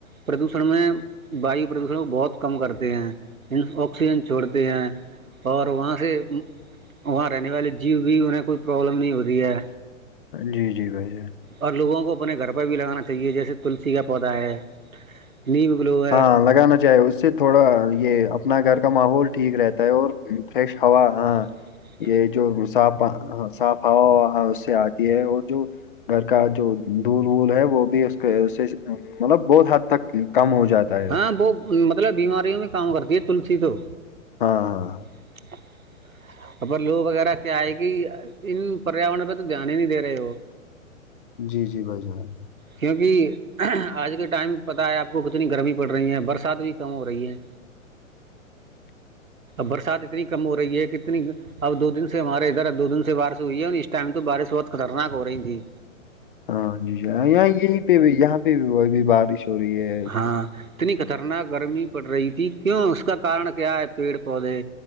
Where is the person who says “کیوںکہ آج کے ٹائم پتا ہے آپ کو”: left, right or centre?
Right